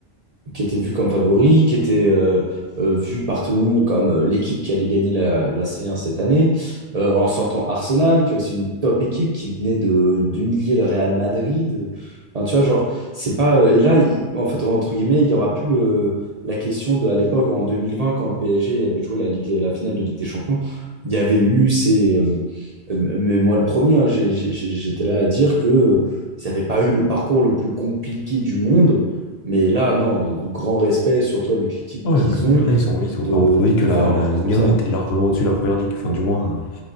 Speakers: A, on the right; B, on the left.
A: qui était vu comme favori, qui était euh, euh, vu par tout le monde comme euh, l'équipe qui allait gagner la, la C1 cette année, Euh, en sortant Arsenal, qui est aussi une top équipe qui venait de d'humilier le Real Madrid. Enfin, tu vois, genre, c'est pas. euh, Et là, il- en fait, entre guillemets, il y aura plus le- la question de, à l'époque, en 2020, quand le PSG avait joué la Ligue, la finale de Ligue des Champions, il y avait eu ces. euh, euh, mais moi, le premier, hein, j'ai- j'ai- j'ai- j'étais là à dire que. ça n'avait pas eu le parcours le plus compliqué du monde, mais là, non, grand respect, surtout avec l'équipe
B: Ouais,
A: qu'ils ont,
B: mais là, ils sont, ils sont
A: de,
B: pas en prouvé
A: de, de
B: que la,
A: faire un
B: la
A: parcours
B: Ligue
A: comme ça.
B: un était largement au-dessus de la première ligue. Enfin, du moins, euh,